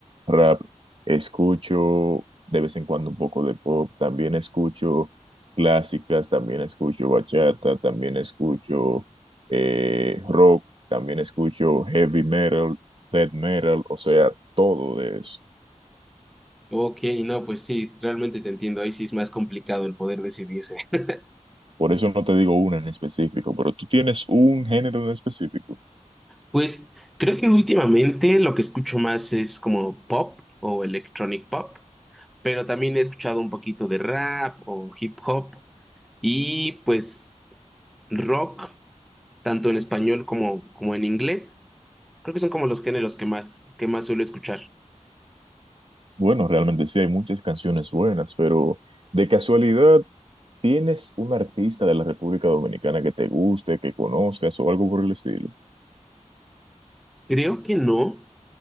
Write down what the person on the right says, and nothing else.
rap, escucho de vez en cuando un poco de pop, también escucho clásicas, también escucho bachata, también escucho eh, rock, también escucho heavy metal, death metal, o sea, todo de eso.
Por eso no te digo una en específico, pero tú tienes un género en específico.
Bueno, realmente sí hay muchas canciones buenas, pero de casualidad, ¿tienes un artista de la República Dominicana que te guste, que conozcas o algo por el estilo?